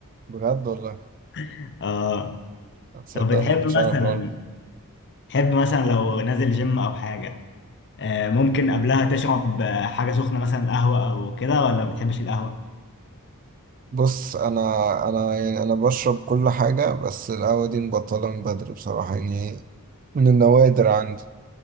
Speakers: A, on the right; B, on the left.
A: <laughs> بجد والله
B: <laughs> اه
A: تصدق
B: طب بتحب
A: ما كنتش اعرف
B: مثلا
A: الأول.
B: تحب مثلا لو نازل جيم او حاجه آه، ممكن قبلها تشرب آه، حاجة سخنة مثلا قهوة أو كده ولا ما بتحبش القهوة؟
A: بص انا انا يعني انا بشرب كل حاجه بس القهوه دي مبطله من بدري بصراحه يعني من النوادر عندي